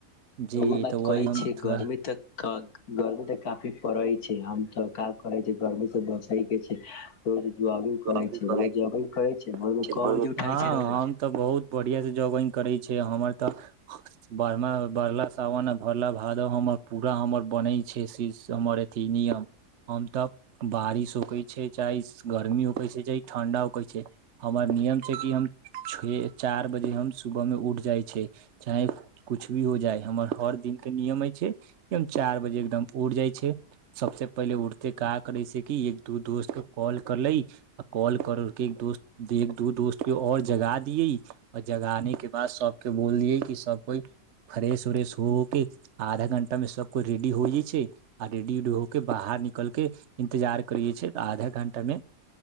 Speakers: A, on the right; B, on the left.
A: जी
B: ओ बात
A: तऽ वही
B: कहै
A: हम
B: छै तऽ
A: थोड़ा
B: गरमी तक कहक- गरमी तऽ काफी पड़ै छै हम तऽ का करै छी गरमी से बचै के छै। रोज जॉगिंग करै
A: बाबू
B: छै
A: कहै
B: रोज जॉगिंग- छै
A: <unintelligible>
B: भोर मे क बजे उठै
A: हँ
B: छै रउआ
A: हम तऽ बहुत बढ़िआँ सँ जॉगिंग करै छै हमर तऽ बढ़ बढ़ला सावन आ भरला भादव हमर पूरा हमर बनै छै से हमर अथी नियम। हम तऽ बारिश होखै छै चाहे गरमी होखै छै चाहे ठण्डा होखै छै। हमर नियम छै कि हम छे चार बजे हम सुबह मे उठ जाइ छै। चाहे कुछ भी हो जाय हमर हर दिनक के नियमे छैय। <unintelligible> चार बजे एकदम उठ जाय छै। सबस पहिले उठते का करै छैय कि एक दू दोस्त के कॉल- करले आ कॉल कर के एक दोस्त दू दोस्त के और जगा दियेै। आ जगा ने के बाद सबके बोल दियै कि सब कोय फ्रेश उरेश हो के- आधा घण्टा में सब कोय रेडी होइ छैय। आ रेडी -उडी हो के बाहर निकल के इंतजार करिये छै तऽ आधा घंटा में-